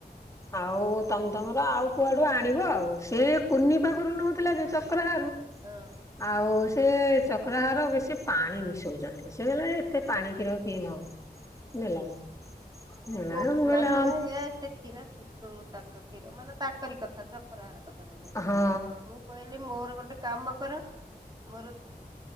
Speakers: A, on the left; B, on the right.
A: ଆଉ ତମ ତମର ଆଉ କୁଆଡୁ ଆଣିବ ଆଉ, ସେ କୁନି ପାଖରୁ ନଉଥିଲା ଯେ ଚକ୍ରହାରାରୁ।
B: ହଁ।
A: ଆଉ ସେ ଚକ୍ରହାର ବେଶୀ ପାଣି ମିଶଉଛନ୍ତି। ସେ କହିଲା ଏତେ ପାଣି କ୍ଷୀର କିଏ ନବ <unintelligible>
B: କହୁଥିଲା କହିଲା ସେ <unintelligible> କ୍ଷୀର ସୁଧୁ ତା କ୍ଷୀର ମାନେ ତାକରି କଥା ଚକରହାର କଥା। କ
A: ହଁ
B: ମୁଁ କହିଲି ମୋର ଗୋଟେ କାମ କର। ମୋର